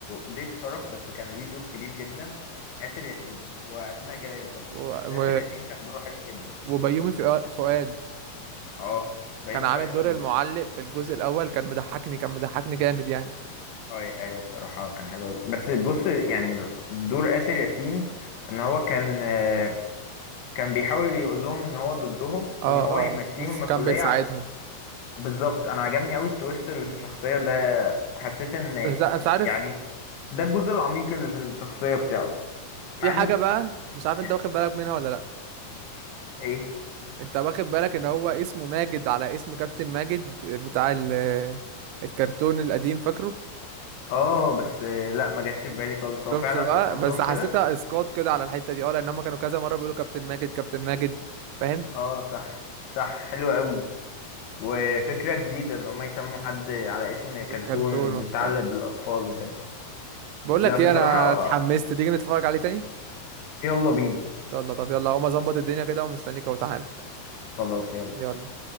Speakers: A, on the left; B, on the right.
A: ضيف شرف بس كان ليه دور كبير جدا آسر ياسين وأسماء جلال طبعا
B: و...
A: بس آسر
B: و...
A: ياسين كان دوره حلو جدا
B: وبيومي فؤا- فؤاد
A: اه بيومي
B: كان عامل
A: فؤاد كان
B: دور المعلق
A: دور
B: في الجزء الاول كان مضحكني كان مضحكني جامد يعني
A: آه، اي ايوه الصراحه كان حلو أوي. بس بص يعني دور اسر ياسين ان هو كان آه، كان بيحاول يقول لهم ان هو ضدهم وان
B: اه
A: هو هيمشيهم
B: اه بس
A: من الكليه
B: كان بيساعدهم
A: بالظبط انا عجبني قوي التويست اللي
B: مم.
A: في الشخصيه ده حسيت ان
B: مش مش عارف
A: يعني ده الجزء العميق اللي في الشخصيه بتاعه
B: في
A: مع انه
B: حاجة بقى مش عارف انت
A: يعني
B: واخد بالك منها ولا لا
A: ايه
B: انت واخد بالك ان هو اسمه ماجد على اسم كابتن ماجد بتاع ال... الكرتون القديم فاكره
A: اه بس آه، لا ما جاتش في بالي خالص هو
B: شفت
A: فعلا
B: بقى
A: قصدهم
B: بس حسيتها
A: كده
B: اسقاط كده على الحته دي اه لان هم كانوا كذا مره بيقولوا كابتن ماجد كابتن ماجد فاهم
A: اه صح صح حلو قوي وفكرة جديدة ان هم يسموا حد على اسم كرتون
B: الكرتون وبتاع
A: متعلق بالاطفال وكده
B: بقول
A: لا
B: لك
A: بصراحة
B: ايه انا اتحمست تيجي نتفرج عليه تاني
A: يلا بينا
B: يلا طب يلا هقوم اظبط الدنيا كده ومستنيك اهو تعالى
A: خلاص يلا
B: يلا